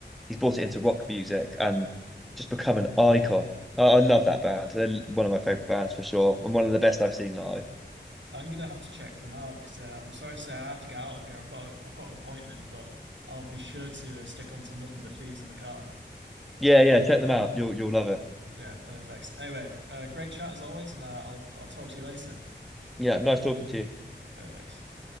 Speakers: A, in the centre; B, on the right.
A: he's brought it into rock music and just become an icon. I, I love that band. They're one of my favorite bands for sure, and one of the best I've seen live.
B: I'm gonna have to check them out because uh, I'm sorry to say I have to get out of here. I've got I've got an appointment, but I'll be sure to uh, stick on some nothing but thieves in the car.
A: Yeah, yeah, check them out. You'll you'll love it.
B: Yeah, perfect. Anyway, uh, great chat as always, and uh, I'll I'll talk to you later.
A: Yeah, nice talking to you.
B: Perfect.